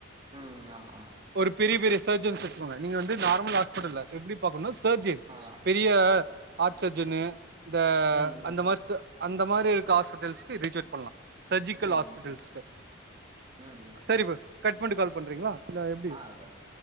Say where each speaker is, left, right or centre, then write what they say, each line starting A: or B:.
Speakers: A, on the right (about 30°); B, on the right (about 55°).
A: ம் ஆமா ஆமா
B: ஒரு பெரிய பெரிய சர்ஜன்ஸ் இருக்கோங்க நீங்க வந்து நார்மல் ஹாஸ்பிட்டல்ல எப்டி பாக்கணும் சர்ஜியன்
A: ஆ
B: பெரிய ஹார்ட் சர்ஜன் இந்த
A: ம்
B: அந்த மாதிரி ச அந்த மாதிரி இருக்க ஹாஸ்பிட்டல்ஸ்க்கு ரீச்செக் பண்ணலாம். சர்ஜிக்கல்
A: ம்
B: ஹாஸ்பிட்டல்ஸ்
A: ம் ம் ம்
B: சரிப்ப கட் பண்ணிட்டு கால் பண்றீங்களா இல்ல எப்டி
A: ஆ அந்த